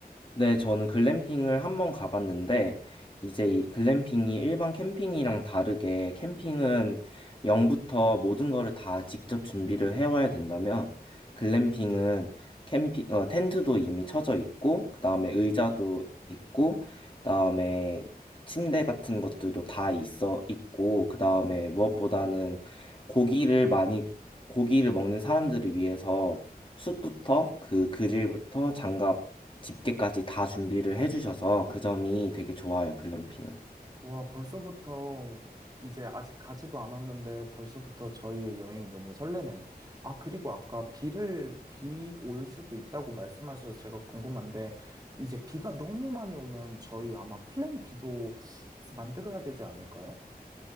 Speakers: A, on the left; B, on the right.
A: 네, 저는 글램핑을 한번 가봤는데, 이제 이 글램핑이 일반 캠핑이랑 다르게 캠핑은 0부터 모든 거를 다 직접 준비를 해와야 된다면, 글램핑은 캠핑, 어, 텐트도 이미 쳐져 있고, 그 다음에 의자도 있고, 그 다음에 침대 같은 것들도 다 있어 있고, 그 다음에 무엇보다는 고기를 많이, 고기를 먹는 사람들을 위해서 숯부터 그 그릴부터 장갑 집게까지 다 준비를 해주셔서 그 점이 되게 좋아요, 글램핑은.
B: 와, 벌써부터 이제 아직 가지도 않았는데 벌써부터 저희의 여행이 너무 설레네요. 아, 그리고 아까 비를, 비 올 수도 있다고 말씀하셔서 제가 궁금한데 이제 비가 너무 많이 오면 저희 아마 플랜 B도 만들어야 되지 않을까요?